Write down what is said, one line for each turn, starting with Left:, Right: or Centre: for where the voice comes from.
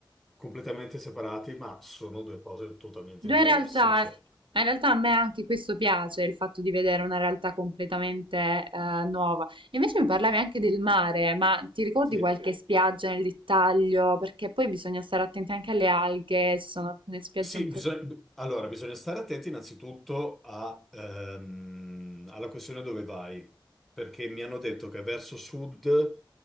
Centre: completamente separati, ma sono due cose totalmente
Right: Due
Centre: diverse.
Right: realtà,
Centre: Cioè,
Right: eh, in realtà a me anche questo piace, il fatto di vedere una realtà completamente eh, nuova. Invece mi parlavi anche del mare, ma ti ricordi
Centre: sì,
Right: qualche Sì. spiaggia nel dettaglio? Perché poi bisogna stare attenti anche alle alghe, ci sono alcune spiagge
Centre: Sì,
Right: un po'...
Centre: bisogna, b- allora bisogna stare attenti innanzitutto a, ehm, alla questione dove vai, perché mi hanno detto che verso sud